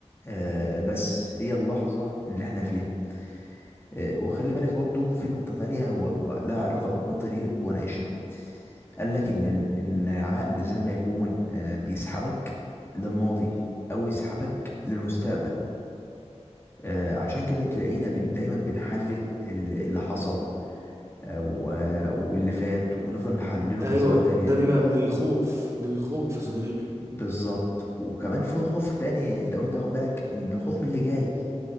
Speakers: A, on the left; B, on the right.
A: آه بس هي اللحظة اللي احنا فيها آه وخلي بالك برضو في نقطة تانية هو هو لها علاقة بالنقطة دي وناقشها قال لك إن ال- إن العقل زي ما يكون آه بيسحبك للماضي أو يسحبك للمستقبل آه، عشان كده تلاقينا بن دايما بنحلل ال- اللي حصل أو آه، واللي فات ونفضل نحلله من
B: ايوه
A: زوايا تانية
B: ده بيبقى من الخوف من الخوف يا صديقي
A: بالظبط وكمان في خوف تاني لو انت واخد بالك إن الخوف من اللي جاي